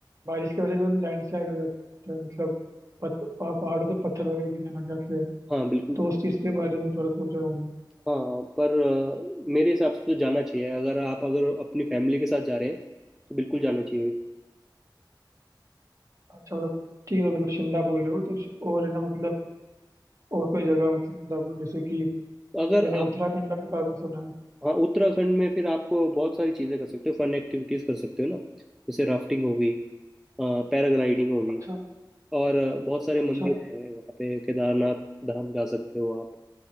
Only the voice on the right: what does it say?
बारिश की वजह से जो लैंडस्लाइड हो जाता है मतलब पत, पह- पहाड़ों से पत्थर वगैरह गिरने लग जाते हैं
दोस्त इसके बारे में थोड़ा पूछ रहा हूँ
अच्छा मतलब ठीक है मतलब शिमला बोल रहे हो तो श- और है ना मतलब और कोई जगह मतलब जैसे कि
मैंने उत्तराखंड
का भी काफी सुना है
अच्छा
अच्छा